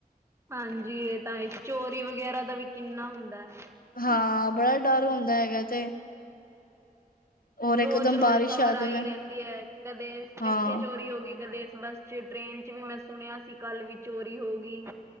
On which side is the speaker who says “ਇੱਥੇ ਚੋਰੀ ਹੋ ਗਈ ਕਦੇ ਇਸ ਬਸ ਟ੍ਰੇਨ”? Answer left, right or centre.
Right